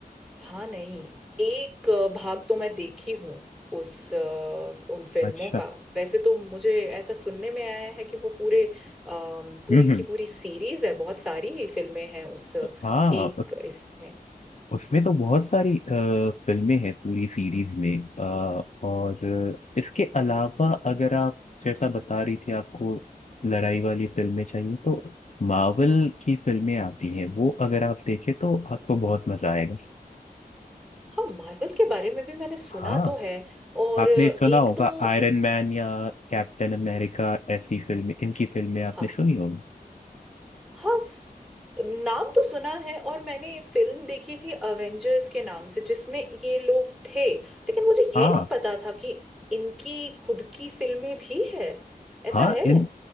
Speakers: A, in the centre; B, on the left.
A: हाँ नहीं एक भाग तो मैं देखी हूँ उस अ, उन फिल्मों
B: अच्छा
A: का वैसे तो मुझे ऐसा सुनने में आया है कि वो पूरे अम, पूरी
B: हम्म हम्म।
A: की पूरी सीरीज है बहुत सारी फिल्में हैं उस
B: हाँ
A: एक इसमें
B: उसमें तो बहुत सारी अ, फिल्में हैं पूरी सीरीज में अ, और इसके अलावा अगर आप जैसा बता रही थी आपको लड़ाई वाली फिल्में चाहिए तो मार्वल की फिल्में आती हैं वो अगर आप देखें तो आपको बहुत मजा आएगा
A: हाँ मार्वल के बारे में भी मैंने सुना
B: हाँ
A: तो है और
B: आपने सुना
A: एक
B: होगा
A: दो
B: आयरन मैन या कैप्टन अमेरिका ऐसी फिल्में इनकी फिल्में आपने
A: हाँ,
B: सुनी होगी
A: हाँ स- नाम तो सुना है और मैंने फिल्म देखी थी अवेंजर्स के नाम से जिसमें ये लोग थे लेकिन मुझे
B: हाँ
A: ये नहीं पता था कि इनकी खुद की फिल्में भी है ऐसा
B: हाँ
A: है
B: इन